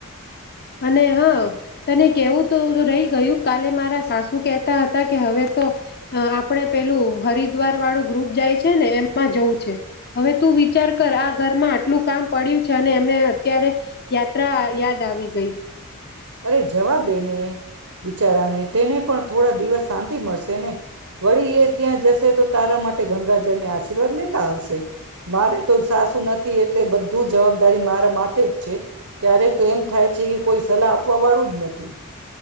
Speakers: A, on the left; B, on the right.
A: અને હા તને કેવું તો રહી ગયું કાલે મારા સાસુ કહેતા હતા કે હવે તો આ આપણે પેલું હરિદ્વાર વાળું ગ્રુપ જાય છે ને એમમાં જવું છે હવે તું વિચાર કર આ ઘરમાં આટલું કામ પડ્યું છે અને એમને અત્યારે યાત્રા યાદ આવી ગઈ
B: અરે જવા દેને બિચારાને તેને પણ થોડા દિવસ શાંતિ મળશે ને વળી એ ત્યાં જશે તો તારા માટે ગંગાજળને આશીર્વાદ લેતા આવશે મારે તો સાસું એટલે એટલે બધ તું જવાબદારી મારા માથે જ છે ક્યારેક તો એમ થાય છે કે કોઈ <unintelligible> આપાવાળું જ નથી